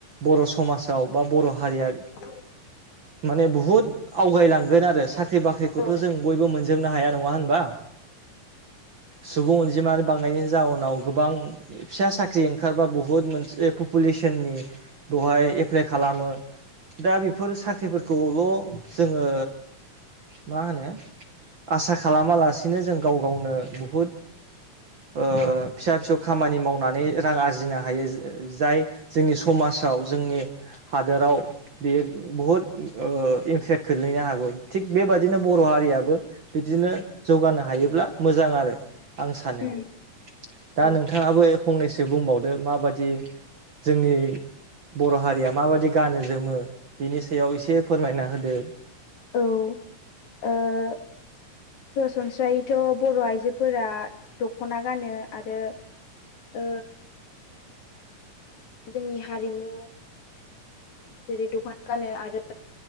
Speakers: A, on the right; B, on the left.
A: बर' समाजाव बा बर' हारिया
B: <inaudible>
A: माने बुहुद आवगायलांगोन आरो सा ख्रि बाख्रिखौथ'
B: औ
A: जों बयबो मोनजोबनो हाया नङा होनबा? सुबुं अनजिमा बांनायनि जाउनाव गोबां फिसा साख ख्रि ओंखारबा बुहुत मोनसे पपुलेसननि ब'हाय एप्लाइ खालामो दा बेफोर साख्रिफोरखौल' जोङो मा होनो आसा खालामालासिनो जों गाव गावनो बुहुद ओ फिसा फिसौ खामानि मावनानै रां आरजिनो हायो जाय जोंनि समाजाव जोंनि हादोराव बेयो बुहुद ओ इमपेक्ट ख्लैनो हागौ। थिग बेबादिनो बर' हारियाबो बिदिनो जौगानो हायोब्ला मोजां आरो। आं सानो,
B: औ
A: दा
B: औ
A: नोंथाङाबो फंनैसो बुंबावदो माबादि जोंनि बर' हारिया माबादि गानो जोमो बिनि सायाव एसे फोरमायना होदो।
B: औ ओ सरासनस्रायैथ' बर' आइजोफोरा दख'ना गानो आरो ओ जोंनि हारिमु जेरै दख'ना गानो आरो